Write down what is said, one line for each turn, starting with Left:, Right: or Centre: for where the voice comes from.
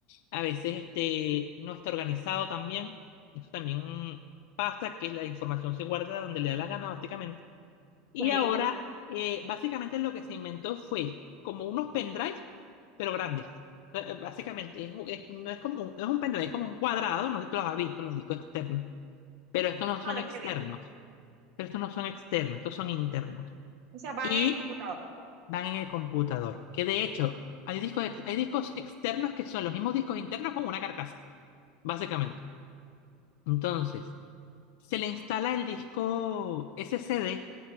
Left: A veces este, no está organizado también. Eso también pasa que la información se guarda donde le da la gana, básicamente y
Right: Ok,
Left: ahora, eh, básicamente lo que se inventó fue como unos pendrives, pero grandes. Eh, eh, Básicamente, es, un- es- no es como, no es un pendrive, es como un cuadrado, no sé si tú los has visto, los discos externos, pero estos no
Right: no,
Left: son
Right: no
Left: externos,
Right: los he visto.
Left: pero estos no son externos, estos son internos.
Right: O sea, van
Left: Y
Right: en el computador.
Left: van en el computador, que de hecho, hay discos, ex- hay discos externos que son los mismos discos internos con una carcasa, básicamente. Entonces, se le instala el disco SCD